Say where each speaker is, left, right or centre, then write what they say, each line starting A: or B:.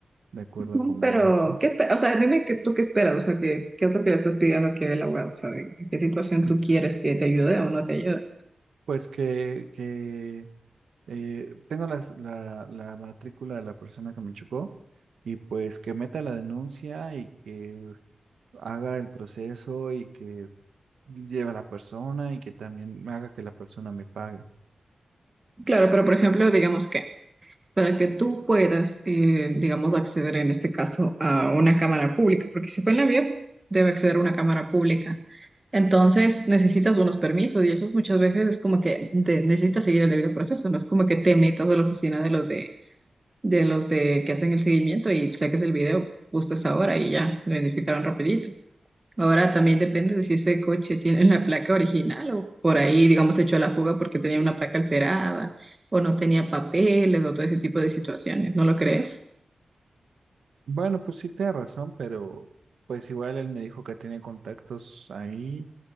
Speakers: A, on the right; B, on the right.
A: de acuerdo
B: Mm,
A: a conveniencia.
B: Pero, ¿qué esperas? O sea, dime que, tú qué esperas, o sea, ¿qué, qué es lo que le estás pidiendo a que el abogado, o sea, ¿en qué situación
A: <clears throat>
B: tú quieres que te ayude o no te ayude?
A: Pues que, que Eh, tengo las- la, la matrícula de la persona que me chocó y pues que meta la denuncia y que haga el proceso y que lleve a la persona y que también haga que la persona me pague.
B: Claro, pero por ejemplo, digamos que para que tú puedas, eh, digamos, acceder en este caso a una cámara pública, porque si fue en la vía, debe acceder a una cámara pública. Entonces necesitas unos permisos y eso muchas veces es como que de- necesitas seguir el debido proceso, no es como que te metas a la oficina de los de, de los de que hacen el seguimiento y saques el video justo a esa hora y ya, lo identificaron rapidito. Ahora también depende de si ese coche tiene la placa original o por ahí, digamos, se echó a la fuga porque tenía una placa alterada o no tenía papeles o todo ese tipo de situaciones, ¿no lo crees?
A: Bueno, pues sí tiene razón, pero pues igual él me dijo que tiene contactos ahí